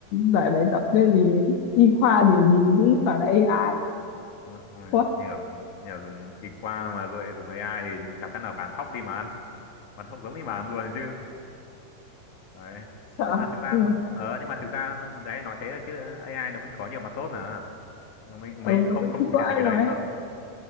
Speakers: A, on the left (about 85°); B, on the left (about 55°).
A: giải bài tập cái gì y khoa gì gì cũng toàn là AI
B: <laughs> Ôi,
A: quá
B: như kiểu như là dùng y khoa mà rồi lại dùng AI thì chả khác nào bán thóc đi mà ăn vẫn không giống đi mà luôn chứ đấy
A: sợ
B: nhưng mà thực ra
A: ừ.
B: nó- ờ nhưng mà thực ra nó- đấy nói thế thôi chứ AI nó vẫn có nhiều mặt tốt nữa mình
A: ừ
B: mình cũng không không
A: thì
B: phủ
A: có
B: nhận
A: ai
B: được cái
A: nói
B: đấy đúng không